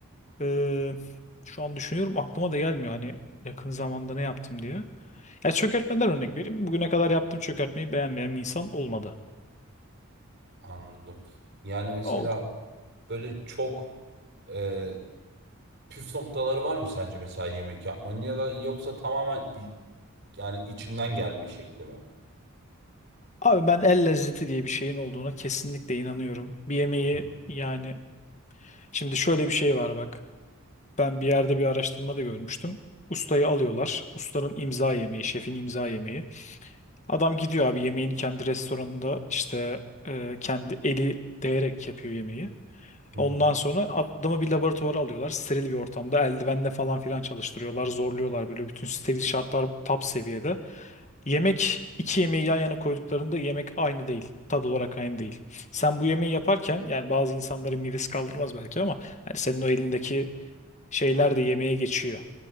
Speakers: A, on the left; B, on the right.
A: e, şu an düşünüyorum aklıma da gelmiyor hani yakın zamanda ne yaptım diye. Ya çökertmeden örnek vereyim. Bugüne kadar yaptığım çökertmeyi beğenmeyen bir insan olmadı.
B: Anladım. Yani mesela
A: O konu.
B: böyle çok e, püf noktaları var mı sence mesela yemek yapmanın ya da yoksa tamamen i- yani içinden gelme şekli mi?
A: Abi ben el lezzeti diye bir şeyin olduğuna kesinlikle inanıyorum. Bir yemeği
B: Hı hı.
A: yani şimdi şöyle bir şey var bak. Ben bir yerde bir araştırmada görmüştüm. Ustayı alıyorlar. Ustanın imza yemeği, şefin imza yemeği. Adam gidiyor abi yemeğin kendi restoranında işte e, kendi eli değerek yapıyor yemeği.
B: Hı
A: Ondan
B: hı.
A: sonra adamı bir laboratuvara alıyorlar. Steril bir ortamda eldivenle falan filan çalıştırıyorlar. Zorluyorlar böyle bütün steril şartlar top seviyede. Yemek iki yemeği yan yana koyduklarında yemek aynı değil. Tad olarak aynı değil. Sen bu yemeği yaparken yani bazı insanların midesi kaldırmaz belki ama hani senin o elindeki şeyler de yemeğe geçiyor.